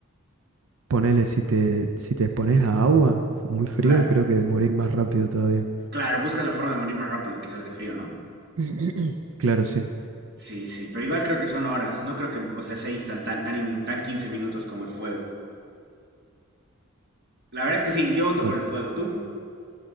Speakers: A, on the right; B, on the right.
A: ponele, si te, si te expones a agua muy fría,
B: Claro,
A: creo que morís más rápido todavía.
B: claro, buscas la forma de morir más rápido, quizás de frío, ¿no?
A: <clears throat> Claro, sí.
B: Sí, sí, pero igual creo que son horas. No creo que, o sea, sea instantáneo, tan, in- tan 15 minutos como el fuego. La verdad es que sí, yo voto
A: Bueno,
B: por el fuego, ¿tú?